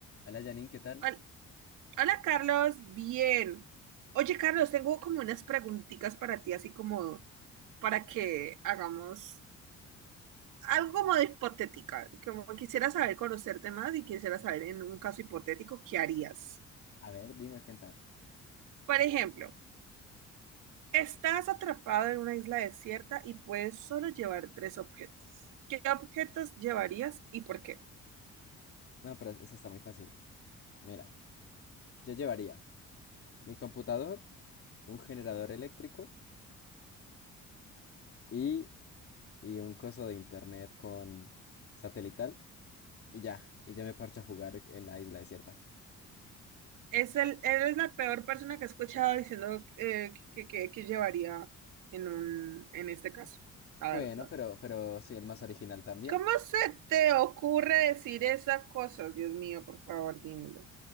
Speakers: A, on the left; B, on the right.
A: Hola Janine, ¿qué tal?
B: Hol- Hola, Carlos, bien. Oye, Carlos, tengo como unas preguntitas para ti, así como para que hagamos algo como de hipotética, como quisiera saber conocerte más y quisiera saber en un caso hipotético qué harías.
A: A ver, dime, cuéntame.
B: Por ejemplo, estás atrapado en una isla desierta y puedes solo llevar tres objetos. ¿Qué objetos llevarías y por qué?
A: No, pero esa está muy fácil. Mira, yo llevaría mi computador, un generador eléctrico y, y un coso de internet con satelital y ya, y yo me parcho a jugar en la isla desierta.
B: Es el, él es la peor persona que he escuchado diciendo eh, que, que, que llevaría en un, en este caso, la
A: Bueno,
B: verdad.
A: pero, pero soy el más original también.
B: ¿Cómo se te ocurre decir esas cosas? Dios mío, por favor, dímelo.